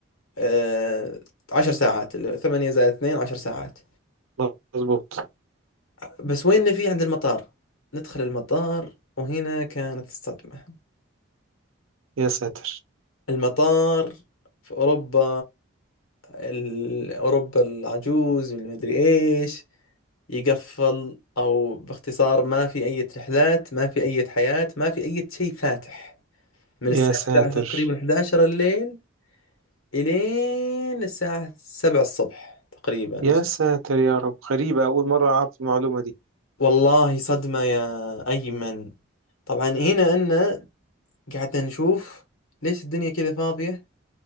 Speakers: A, on the left; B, on the right.
A: أه، عشر ساعات اللي هو ثمانية زائد اثنين عشر ساعات
B: مظبوط
A: بس وين في عند المطار ندخل المطار وهنا كانت الصدمة
B: يا ساتر
A: المطار في أوروبا ال- أوروبا العجوز والمدري إيش يقفل او باختصار ما في اي رحلات ما في اي حياة ما في اي شيء فاتح من
B: يا
A: الساعة
B: ساتر
A: 11 تقريبا 11 الليل الين الساعة 7 الصبح تقريبا
B: يا
A: أو س-
B: ساتر يا رب غريبة أول مرة أعرف المعلومة دي
A: والله صدمة يا أيمن طبعا هنا أنا قعدنا نشوف ليش الدنيا كذا فاضية